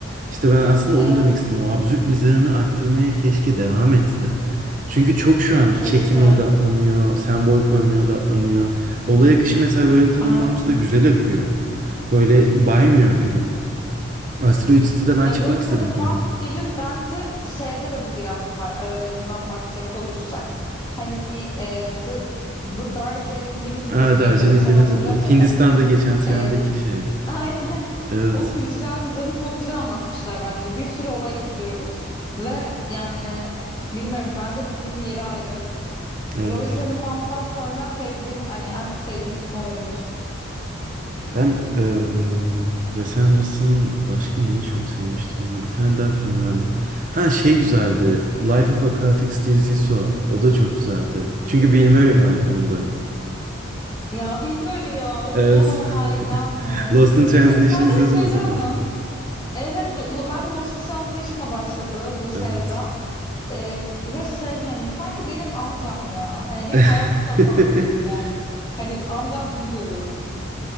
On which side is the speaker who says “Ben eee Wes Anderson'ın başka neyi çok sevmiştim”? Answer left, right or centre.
Right